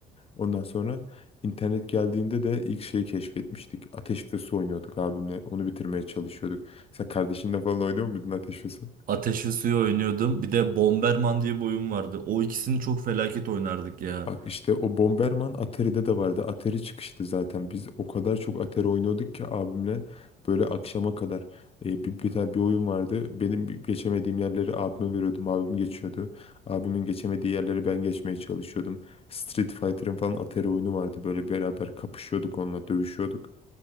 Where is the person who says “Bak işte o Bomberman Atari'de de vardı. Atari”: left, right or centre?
Left